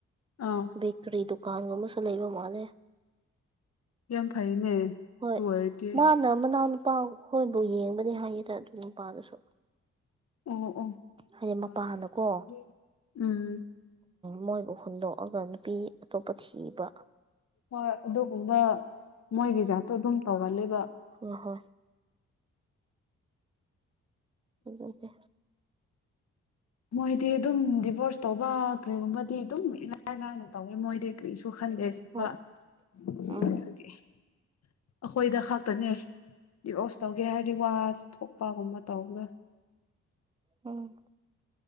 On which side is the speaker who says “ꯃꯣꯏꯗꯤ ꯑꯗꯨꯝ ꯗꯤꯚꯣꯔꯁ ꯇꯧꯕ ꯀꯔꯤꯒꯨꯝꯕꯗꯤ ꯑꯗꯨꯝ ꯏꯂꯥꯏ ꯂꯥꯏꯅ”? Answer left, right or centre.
Left